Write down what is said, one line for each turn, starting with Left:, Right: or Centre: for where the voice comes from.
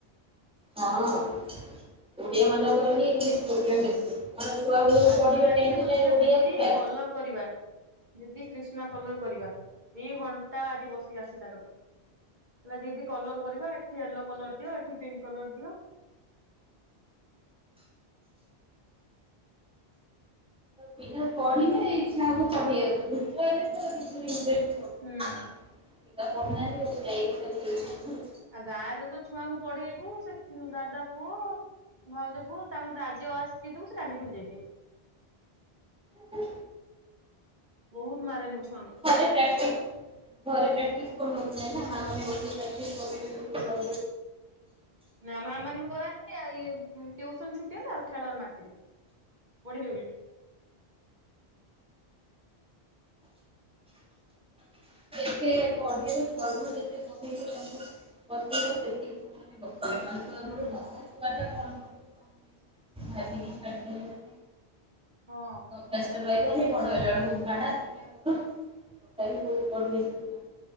Centre: ହଁ ଓଡ଼ିଆ ମାନଙ୍କର ହିଁ ଇଂଲିଶ ପ୍ରୋବ୍ଲେମ୍ ବେଶୀ କ ଛୁଆ ବେଳ
Right: ଆଜି
Centre: ପଢିବେ
Right: ତ ଯାଇଥିଲି ମତେ କହିଲା
Centre: ଓଡିଆ
Right: ଦିଦି
Centre: ପୁରା
Right: କଲର କରିବା। ଦିଦି କ୍ରିଷ୍ଣା କଲର କରିବା ଦି ଘଣ୍ଟା ଆଜି ବସିକି ଆସିକି ତାର ହେଲା ଦିଦି କଲର କରିବା ଏଠି ୟେଲୋ କଲର ଦିଅ ଏଠି ପିଙ୍କ୍ କଲର ଦିଅ
Centre: ପିଲା ପଢିଲେ
Right: ଏଇଆ ଆଉ
Centre: ଇଛା ହବ ପଢ଼େଇବାକୁ ଦୁଷ୍ଟ ହେଲେ ତ ଇନ୍ଟ୍ରେଷ୍ଟ କମି
Right: ହୁଁ
Centre: <unintelligible> ଯାଇ
Right: ଆଉ ଗାଁରେ ତ ଛୁଆଙ୍କୁ ପଢେଇବୁ ସେ ଦାଦା ପୁଅ ଭାଉଜ ପୁଅ ତାଙ୍କୁ ଆସିକିଥିବୁ ସେ କାଲି ଭୁଲି ଯାଇଥିବେ
Centre: ହ
Right: ବହୁତ୍ ମାରେ ମୁୁ ଛୁଆଙ୍କୁ
Centre: ଘରେ ପ୍ରାକ୍ଟିସ ଘରେ ପ୍ରାକ୍ଟିସ୍ କରଉଥିବେ ନା ମା ମାନେ ବସେଇକି <unintelligible> କର
Right: ନା ମା ମାନେ ବି କରାନ୍ତିନି ଟ୍ୟୁଉସନ ଛୁଟି ହେଲା ଆଉ ଖେଳରେ ମାତିଲେ ପଢିବେ ବୋଲି
Centre: ସେ ପ ସବୁ ଯେତେ କହେଇବ ତାଙ୍କୁ ଵସେଇବ ସେତିକି ସେମାନେ <unintelligible> ମାନେ ବା ଛୁଆ
Right: ହୁଁ
Centre: ଟା କଣ ପଡିବ କଣ ନା ଭାବିକି ଛାଡି <unintelligible>
Right: ହଁ
Centre: କା ରହିବନି ବଡ ହେଲା ବେଳକୁ ବାଡା କର କଟା ବି ବହୁତ୍ ବଢ ସେ <unintelligible>